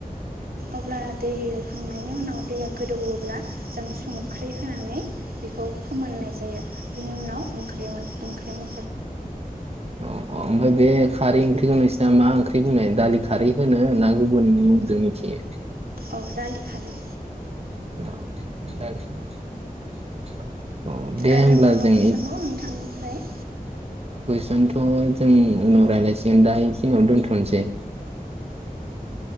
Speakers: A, on the right (about 80°); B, on the right (about 40°).
A: अब्ला दै होयो खांनायनि उनाव दैया गोदौवोब्ला जों संख्रै होनानै बेखौ फोमोननाय जायो बिनि उनाव ओंख्रि <unintelligible> ओंख्रि <unintelligible>
B: औ -औ ओमफ्राय बे खारि ओंख्रिखौ नोंसिना मा ओंख्रि बुंङो दालि खारै होनो ना गुबुन मुंजों मिथियो
A: औ दालि खारै
B: <unintelligible> औ दे
A: आरो
B: होमब्ला
A: माबा
B: जों
A: कुइसनबाव नोंथांनिफ्राय
B: नोंथ जोंनि उनाव रायलायसिगोन दा एसे उनाव दोनथ'नोसै